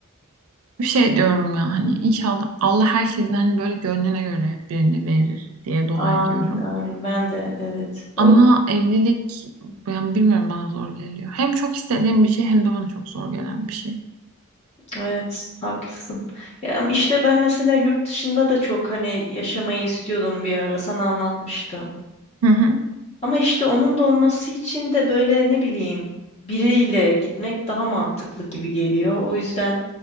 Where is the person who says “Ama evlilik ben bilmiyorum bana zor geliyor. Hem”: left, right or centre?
Right